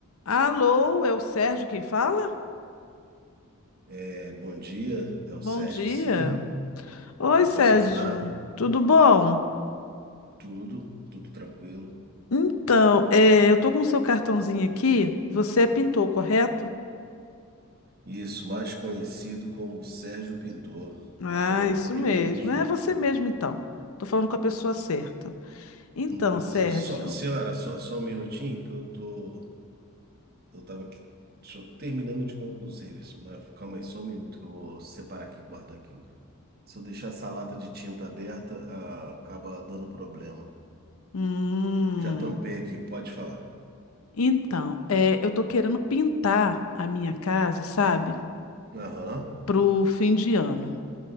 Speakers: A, on the left; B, on the right.
A: Alô, é o Sérgio quem fala?
B: É, bom dia, é o
A: Bom
B: Sérgio,
A: dia.
B: sim,
A: Oi,
B: que eu
A: Sérgio,
B: posso ajudar?
A: tudo bom?
B: Tudo, tudo tranquilo.
A: Então, é, eu tô com o seu cartãozinho aqui. Você é pintor, correto?
B: Isso, mais conhecido como Sérgio Pintor.
A: Ah,
B: Tá falando
A: isso
B: com ele
A: mesmo.
B: mesmo.
A: É você mesmo, então. Tô falando com a pessoa certa. Então,
B: Inclusive,
A: Sérgio,
B: só, senhora, só, só um minutinho que eu tô, eu tava aqui, só terminando de concluir o serviço, mas calma aí, só um minuto que eu vou separar aqui e guardar aqui. Se eu deixar essa lata de tinta aberta, ah, acaba dando problema.
A: Hum,
B: Já tampei aqui, pode falar.
A: então, é, eu tô querendo pintar a minha casa, sabe?
B: Aham.
A: Pro fim de ano.